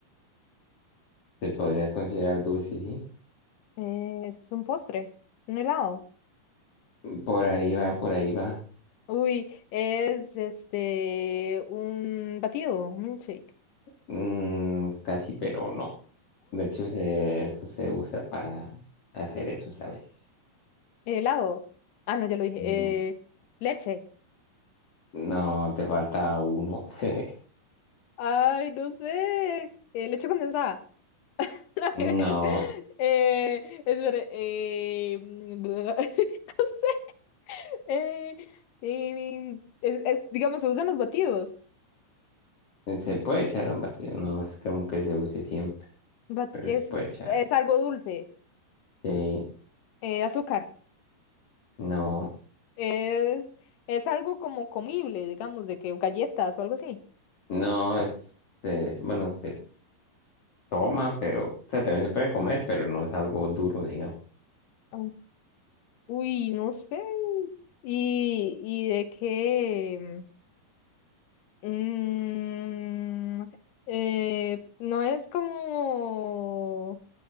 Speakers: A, on the left; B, on the left.
A: Se podría considerar dulce, sí.
B: es un postre, un helado.
A: Por ahí va, por ahí va.
B: Uy, es este un batido, un milkshake.
A: Mm, casi, pero no. De hecho, se, eso se usa para hacer eso a veces.
B: Helado. Ah, no, ya lo dije.
A: Mm,
B: Eh, leche.
A: No, te falta uno. <laughs>
B: Ay, no sé. Eh, leche condensada. <laughs> Nada que
A: No,
B: ver. Eh, espere, eh, mm, <laughs> no sé. Eh, eh, es, es, digamos, se usan los batidos.
A: se puede echar un batido. No es como que se use siempre,
B: Ba-
A: pero
B: es,
A: se puede echar.
B: es algo dulce.
A: Sí,
B: Eh, azúcar.
A: no,
B: Es, es algo como comible, digamos, de que galletas o algo así.
A: no es, es- bueno, se toma, pero, o sea, también se puede comer, pero no es algo duro, digamos.
B: Mm. Uy, no sé. ¿Y, y de qué? Mm, eh, no es como...